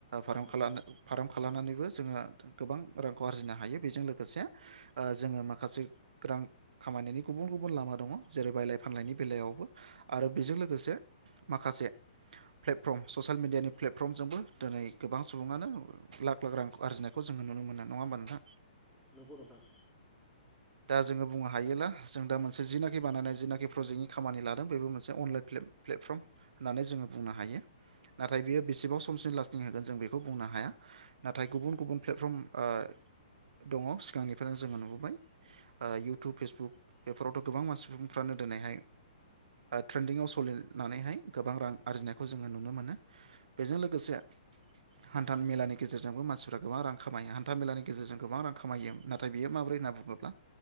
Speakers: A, on the right (about 70°); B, in the centre.
A: फार्म
B: नंगौ
A: खालामनाय फार्म खालामनानै जों गोबां रांखौ आरजिनो हायो बेजों लोगोसे जोङो माखासे रां खामायनायनि गुबुन गुबुन लामा दङ जेरै बायलाय फानलायनि बेलायावबो आरो बेजों लोगोसे लोगोसे माखासे प्लेटफर्म ससियेल मेडियानि प्लेटफर्मजोंबो दिनै गोबां सुबुङानो लाख लाख रां आरजिनायखौ जोङो नुनो मोनो नङा होमबा नोंथा
B: नोंगौ नोंथां
A: दा जोङो बुंनो हायोब्ला जों दा मोनसे जिनाखि बानायनाय जिनाखि प्रजेक्टनि खामानि लादों बेबो मोनसे अनलाइन प्लेटफर्म होननानै जोङो बुंनो हायो नाथाय बियो बेसेबाव समसिम लास्टिं होगोन जों बेखौ बुंनो हाया नाथाय गुबुन गुबुन प्लेटफर्म ओ दङ ओ सिगांनिफ्रायनो जोङो नुबोबाय इयउटुब फेसबुक बेफोरावथ गोबां मानसि सुबुंफ्रानो दिनैहाय ट्रेन्डिंआव सलिनानैहाय गोबां रां आरजिनायखौ जोङो नुनो मोनो बेजों लोगोसे हान्था मेलानि गेजेरजोंबो मानसिफ्रा गोबां रां खामायो हान्था मेलानि गेजेरजों गोबां रां खामायो नाथाय बियो माब्रै होनना बुङोब्ला